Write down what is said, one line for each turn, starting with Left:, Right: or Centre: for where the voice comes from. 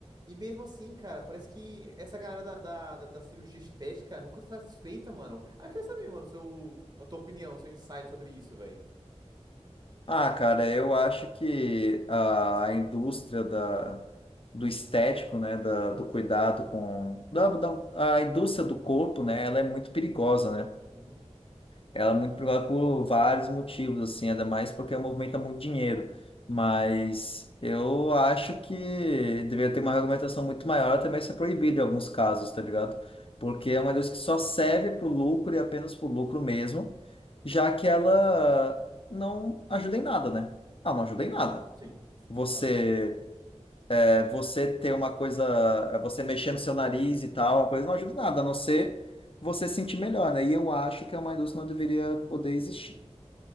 Right: E mesmo assim, cara, parece que essa galera da, da, da, da cirurgia estética nunca tá satisfeita, mano. Ah, eu queria saber, mano, seu, a tua opinião, seu insight sobre isso, velho.
Left: Ah, cara, eu acho que a indústria da, do estético, né, da, do cuidado com... Da, da- a indústria do corpo, né, ela é muito perigosa, né?
Right: Uhum.
Left: Ela é muito popular por vários motivos, assim, ainda mais porque movimenta muito dinheiro. Mas eu acho que deveria ter uma regulamentação muito maior, até mesmo ser proibido em alguns casos, tá ligado? Porque é uma indústria que só serve pro lucro e apenas pro lucro mesmo, já que ela não ajuda em nada, né? Ah, não ajuda em nada.
Right: Sim, de, de
Left: Você,
Right: fato.
Left: é, você ter uma coisa, é, você mexer no seu nariz e tal, uma coisa não ajuda em nada, a não ser você se sentir melhor, né? E eu acho que a Mãe Doce não deveria poder existir.